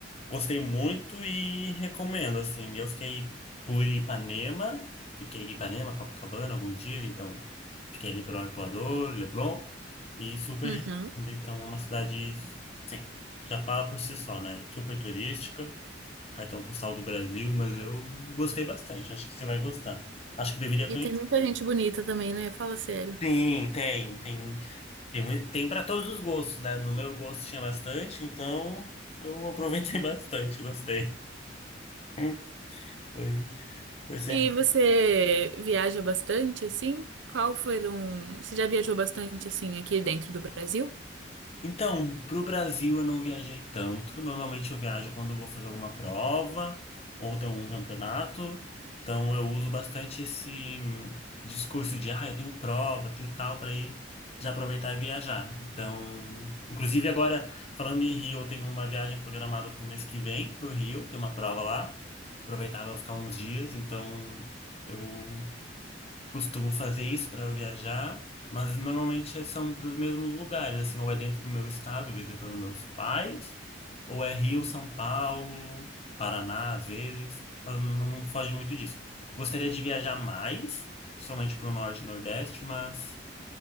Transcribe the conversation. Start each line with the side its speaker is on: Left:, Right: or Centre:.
Left: Gostei muito e recomendo, assim. Eu fiquei por Ipanema, fiquei em Ipanema, Copacabana alguns dias, então fiquei ali pelo Arpoador, Leblon, e super
Right: Uhum.
Left: recomendo. Então, é uma cidade, sim, já fala por si só, né? Super turística, cartão postal do Brasil, mas eu gostei bastante, acho que você vai gostar. Acho que deveria
Right: E
Left: conhecer.
Right: tem muita gente bonita também, né? Fala sério.
Left: Sim, tem, tem, tem, mui- tem para todos os gostos, né? No meu gosto tinha bastante, então eu aproveitei <laughs> bastante, gostei. Hum, Foi. Por exemplo,
Right: E você viaja bastante, assim? Qual foram... Você já viajou bastante, assim, aqui dentro do Brasil?
Left: então, para o Brasil eu não viajei tanto. Normalmente eu viajo quando eu vou fazer alguma prova ou tem algum campeonato. Então eu uso bastante esse hum, discurso de, ah, eu tenho prova, eu tenho tal, para ir já aproveitar e viajar. Então, inclusive agora, falando em Rio, eu tenho uma viagem programada para o mês que vem, para o Rio, tem uma prova lá. Aproveitar para ficar uns dias, então eu costumo fazer isso para viajar, mas normalmente é- são para os mesmos lugares, assim, ou é dentro do meu estado, visitando meus pais, ou é Rio, São Paulo, Paraná, às vezes, mas não foge muito disso. Gostaria de viajar mais, principalmente para o Norte e Nordeste, mas